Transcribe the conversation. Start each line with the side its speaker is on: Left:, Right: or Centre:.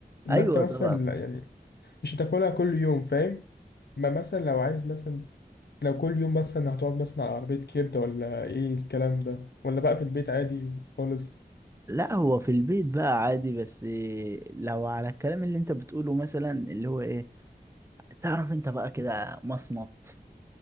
Left: أما
Right: ايوه
Left: أنت مثلا
Right: طبعا
Left: لا يعني مش هتاكلها كل يوم فاهم ما مثلا لو عايز مثلا لو كل يوم مثلا هتقعد مثلا على عربية كبدة ولا إيه الكلام ده ولا بقى في البيت عادي خالص
Right: لا هو في البيت بقى عادي بس إيه، لو على الكلام اللي انت بتقوله مثلا اللي هو ايه تعرف انت بقى كده مصمت